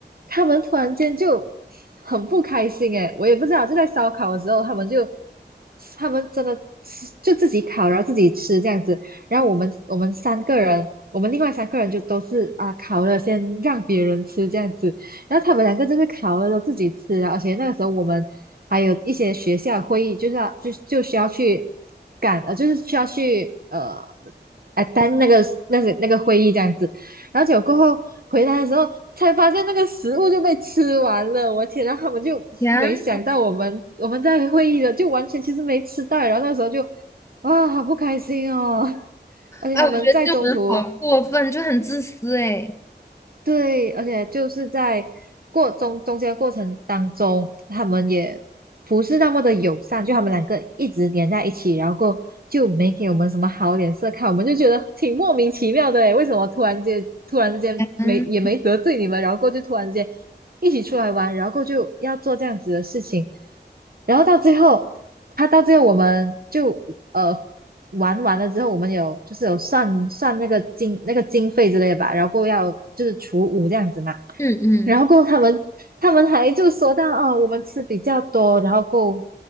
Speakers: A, on the right (about 55°); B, on the left (about 15°).
A: 他们突然间就很不开心诶，我也不知道，就在烧烤的时候，他们就他们真的吃就自己烤，然后自己吃这样子。然后我们我们三个人，我们另外三个人就都是啊烤了先让别人吃这样子。然后他们两个就是烤了都自己吃啊，而且那个时候我们还有一些学校会议，就是要就就需要去赶呃，就是需要去呃。哎，但那个那个那个会议这样子，然后结果过后回来的时候才发现那个食物就被吃完了，我天！然后他们就没想到我们我们在会议的就完全其实没吃到，
B: 天，
A: 然后那时候就哇好不开心哦，<laughs> 而且他们在中途
B: 哎，我觉得这种人好过分，就很自私哎。
A: 对，而且就是在过中中间的过程当中，他们也不是那么的友善，就他们两个一直黏在一起，然后过就没给我们什么好脸色看，我们就觉得挺莫名其妙的诶，为什么突然间突然之间没也没得罪你们，
B: 嗯
A: 然后过就突然间一起出来玩，然后过就要做这样子的事情，然后到最后，他到最后我们就呃玩完了之后，我们有就是有算算那个经那个经费之类的吧，然后过后要就是除五这样子嘛。
B: 嗯
A: 然后过后他们他们还就说到哦，我们吃比较多，然后过后